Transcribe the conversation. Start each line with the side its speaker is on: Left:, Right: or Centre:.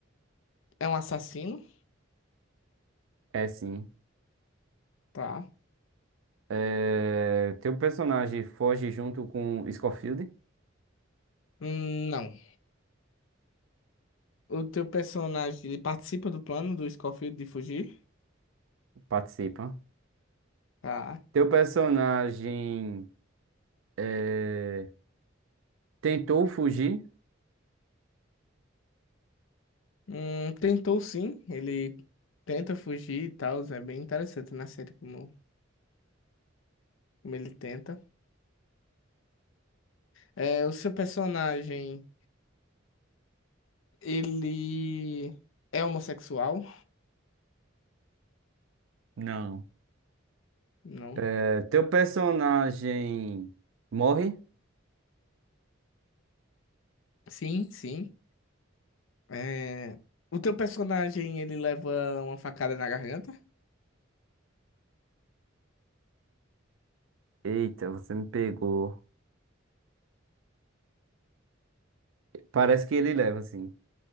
Left: é um assassino?
Right: É sim.
Left: Tá.
Right: É, teu personagem foge junto com Scofield?
Left: Hum, Não. O teu personagem. Ele participa do plano do Scofield de fugir?
Right: Participa.
Left: Tá.
Right: Teu personagem é, tentou fugir?
Left: Hum, tentou sim. Ele tenta fugir e tal. É bem interessante na série como, como ele tenta. É, o seu personagem. Ele é homossexual?
Right: Não.
Left: Não.
Right: É, teu personagem morre?
Left: Sim, sim. É, O teu personagem, ele leva uma facada na garganta?
Right: Eita, você me pegou. Parece que ele leva, assim.